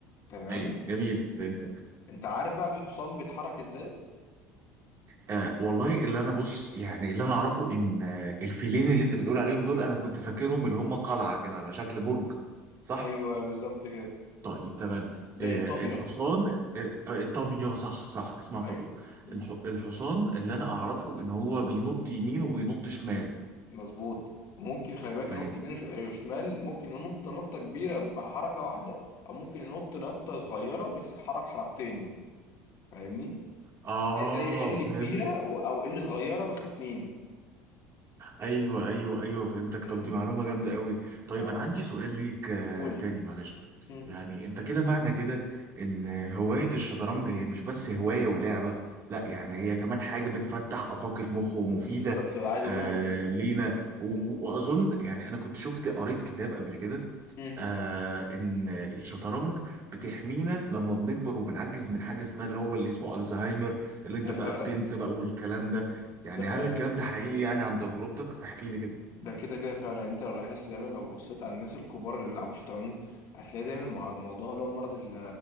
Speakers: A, on the left; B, on the right.
A: تمام
B: ايوه جميل فهمتك
A: انت عارف بقى الحصان بيتحرك ازاي
B: آه والله اللي انا بص يعني اللي انا اعرفه ان آه، الفيلين اللي انت بتقول عليهم دول انا كنت فاكرهم اللي هم قلعه كده على شكل برج صح؟
A: ايوه بالظبط كده
B: طيب تمام
A: ده
B: آه
A: الطابية
B: الحصان آه آه، الطابية صح صح اسمها
A: ايوه
B: طابية
A: مم.
B: الح... الحصان اللي انا اعرفه ان هو بينط يمين وبينط شمال
A: مظبوط ممكن خلي بالك
B: فاهم؟
A: ينط يمين وش- وشمال ممكن ينط نطة كبيرة بحركة واحدة أو ممكن ينط نطة صغيرة بس يتحرك حركتين فاهمني
B: اه
A: زي ال
B: فهمت
A: كبيرة و- أو ال صغيرة بس اتنين
B: ايوه ايوه ايوه فهمتك
A: فهمت
B: طب دي معلومه جامده قوي طيب
A: ف-
B: انا عندي سؤال ليك آه،
A: قول
B: تاني معلش
A: مم.
B: يعني انت كده معنى كده ان هوايه الشطرنج هي مش بس هوايه ولعبه لا يعني هي كمان حاجه بتفتح افاق المخ ومفيده
A: بالظبط اللي عايز
B: آه
A: أقول لك بتخليك
B: لينا وم- واظن يعني انا كنت شفت قريت كتاب قبل كده
A: مم.
B: آه ان الشطرنج بتحمينا لما بنكبر وبنعجز من حاجه اسمها اللي هو اللي اسمه الزهايمر اللي
A: ده
B: انت بقى
A: فعلا
B: بتنسى بقى والكلام ده يعني
A: ده فعلا
B: هل الكلام ده حقيقي يعني عن تجربتك احكي لي كده
A: ده كده كده فعلا يعني انت لو لاحظت دايما لو بصيت على الناس الكبار اللي بيلعبوا شطرنج هتلاقي دايما مع- موضوع اللي هو مرض ال-